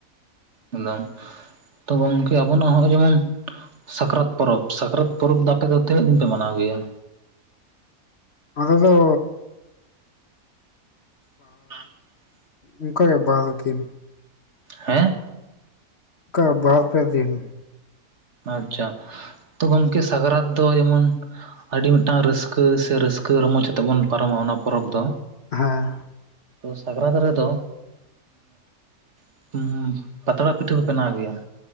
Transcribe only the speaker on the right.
ᱮᱫᱚᱢ ᱛᱚ ᱜᱚᱝᱠᱮ ᱟᱵᱚᱱᱟᱜ ᱦᱚᱸᱜ-ᱚᱭ ᱡᱮᱢᱚᱱ ᱥᱟᱠᱨᱟᱛ ᱯᱚᱨᱚᱵᱽ ᱥᱟᱠᱨᱟᱛ ᱯᱚᱨᱚᱵᱽ ᱫᱚ ᱟᱯᱮ ᱫᱚ ᱛᱤᱱᱟᱹᱜ ᱫᱤᱱ ᱯᱮ ᱢᱟᱱᱟᱣ ᱜᱮᱭᱟ᱾
<unintelligible>
ᱦᱮᱸ
ᱟᱪᱪᱷᱟ ᱛᱚ ᱜᱚᱝᱠᱮ ᱫᱚ ᱥᱟᱠᱨᱟᱛ ᱫᱚ ᱡᱮᱢᱚᱱ ᱟᱹᱰᱤ ᱢᱤᱫᱴᱟᱝ ᱨᱟᱹᱥᱠᱟᱹ ᱥᱮ ᱨᱟᱹᱥᱠᱟᱹ ᱨᱚᱢᱚᱡᱽ ᱟᱛᱮᱜ ᱵᱚᱱ ᱯᱟᱨᱚᱢᱟ ᱚᱱᱟ ᱯᱚᱨᱚᱵᱽ ᱫᱚ
ᱛᱚ ᱥᱟᱠᱨᱟᱛ ᱨᱮᱫᱚ <inaudible> ᱯᱟᱛᱲᱟ ᱯᱤᱴᱷᱟᱹ ᱠᱚ ᱵᱮᱱᱟᱣ ᱜᱮᱭᱟ᱾